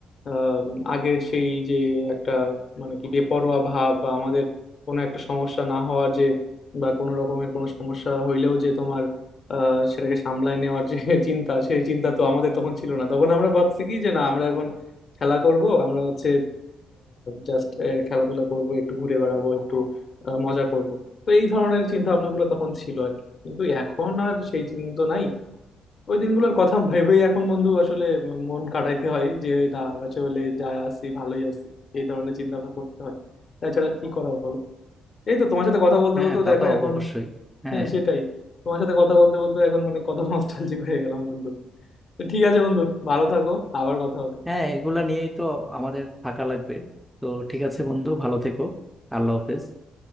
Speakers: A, on the left (about 50°); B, in the centre.
A: আহ, আগের সেই যে একটা মানে কি বেপরোয়া ভাব বা আমাদের কোনো একটা সমস্যা না হওয়ার যে বা কোনো রকমের কোনো সমস্যা হইলেও যে তোমার আহ, সেটাকে সামলাই নেওয়ার যে <laughs> চিন্তা সেই চিন্তা তো আমাদের তখন ছিল না তখন আমরা ভাবছি কি যে না আমরা এখন খেলা করব আমরা হচ্ছে জাস্ট খেলাধুলা করব একটু ঘুরে বেড়াবো একটু আহ, মজা করব তো এই ধরনের চিন্তা ভাবনাগুলো তখন ছিল আর কি কিন্তু এখন আর সেই দিন তো নাই ওই দিনগুলোর কথা ভেবেই এখন বন্ধু আসলে মন কাটাইতে হয় যে না আসলে যা আছি ভালোই আছি এই ধরনের চিন্তা ভাবনা করতে হয় তাছাড়া আর কি করার বলো এই তো তোমার সাথে কথা বলতে
B: হ্যাঁ
A: বলতেও
B: তা
A: দেখো
B: তো
A: এখন
B: অবশ্যই হ্যাঁ
A: হ্যাঁ সেটাই তোমার সাথে কথা বলতে বলতে এখন অনেক কত নস্টালজিক হয়ে গেলাম বন্ধু তো ঠিক আছে বন্ধু ভালো থাকো আবার কথা হবে
B: হ্যাঁ এগুলা নিয়েই তো আমাদের থাকা লাগবে তো ঠিক আছে বন্ধু ভালো থেকো আল্লাহ হাফেজ